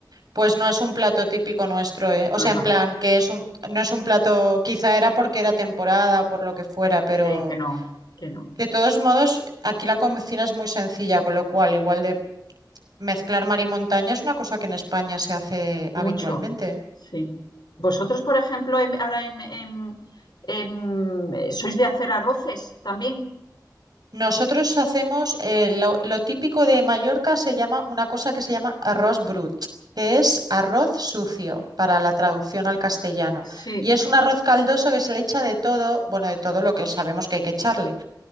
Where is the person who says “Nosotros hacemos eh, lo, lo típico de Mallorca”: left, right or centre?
Right